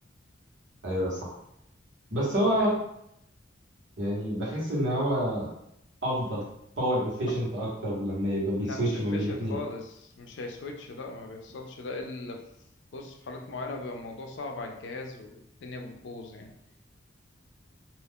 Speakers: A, on the right; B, on the left.
A: ايوه صح بس هو
B: يعني
A: يعني بحس ان هو افضل باور افيشنت
B: أف...
A: اكتر لما يبقى بيسويتش
B: لا مش efficient
A: ما بين الاثنين
B: خالص مش هيسويتش لا ما بيحصلش ده الا في بص في حالات معينة بيبقى الموضوع صعب على الجهاز والدنيا بتبوظ يعني